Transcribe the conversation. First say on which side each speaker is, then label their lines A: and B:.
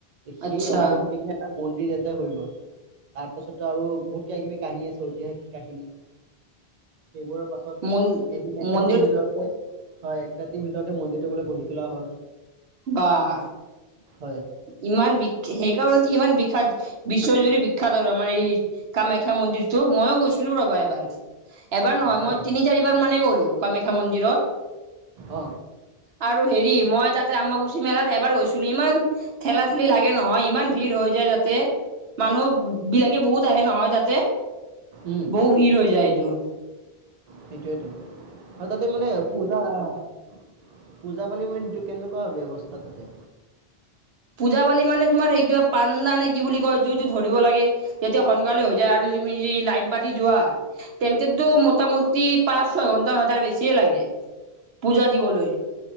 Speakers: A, on the right; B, on the right.
A: সেই
B: আচ্ছা
A: অংগটো দেখনে এটা। মন্দিৰ এটাাই হৈ গ'ল তাৰ পাছতো আৰু বহুত কিবা কিবি কাহিনী আছে ঐতিহাসিক কাহিনী সেইবোৰৰশ পাছত
B: মন
A: এদিন এক
B: মন্দিৰত
A: ৰাতিৰ ভিতৰতে হয় এক ৰাতিৰ ভিতৰতে মন্দিৰটো বোলে গঢ়ি তোলা হল
B: বাহ।
A: হয়।
B: ইমান বি সেইকাৰণ ইমান বিখ্যাত বিশ্বজুৰি বিখ্যাত আৰু আমাৰ এই কামাখ্যা মন্দিৰটো। মইো গৈছিলো ৰবা এবাৰ এবাৰ নহয়
A: হয়
B: মই তিনি চাৰিবাৰ মানে গ'লো কামাখ্যা মন্দিৰত।
A: অ।
B: আৰু হেৰি মই তাত তাতে আম্ববুচি মেলাত এবাৰ গৈছিলো ইমান ঠেলাঠেলি লাগে নহয় ইমান ভিৰ হৈ যাতে মানুহ বিলাকে বহুত আহে নহয় তাতে।
A: উম
B: বহু ভিৰ হৈ যায় টো।
A: সেইটোৱেতো আৰু তাতে মানে পূজা- পূজা পালি মানে সেইটো কেনেকুৱা ব্যৱস্থা তাতে
B: পূজা -পালি মানে তোমাৰ এই কিবা পাণ্ডা নে কি বুলি কয় এইটোটো ধৰিব লাগে তেতিয়া সোনকালে হৈ যায় আৰু <unintelligible> লাইন পাত যোৱা তেন্তেতো মোটামুটি পাঁচ -ছয় ঘন্টা নহয় তাৰ বেছিয়ে লাগে। পূজা দিবলৈ,